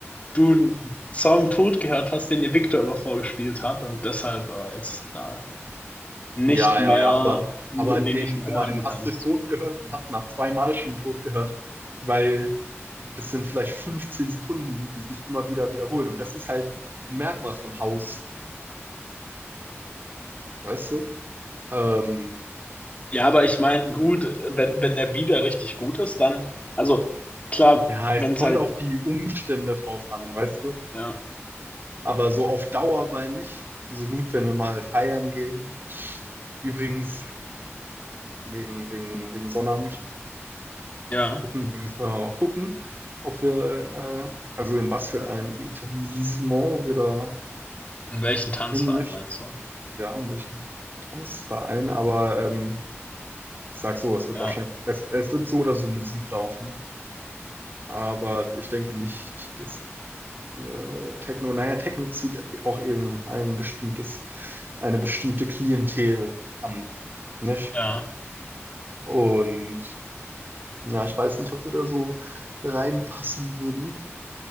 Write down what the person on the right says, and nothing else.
Ja,
ja, ja, aber,
aber
den,
guck
mal, den hast
du tot gehört, den hast du nach zweimal schon tot gehört, weil das sind vielleicht 15 Sekunden, die sich immer wieder wiederholen. Und das ist halt ein Merkmal von Haus, weißt du? Ähm,
ja,
es
kommt
auf die Umstände drauf an, weißt du?
Aber so auf Dauer meine ich, so gut, wenn wir mal feiern gehen. Übrigens, wegen, wegen, wegen Sonnabend.
gucken, äh, müssen wir mal gucken, ob wir, äh, also in was für ein Etablissement wir da
hin möchten.
Ja, in welchen Tanzverein, aber ähm, ich sag so, es wird
wahrscheinlich, es, es wird so oder so Musik laufen, aber ich denke nicht, dass äh, Techno, naja, Techno zieht auch eben ein bestimmtes, eine bestimmte Klientel an, nicht?
Und ja, ich weiß nicht, ob wir da so reinpassen würden.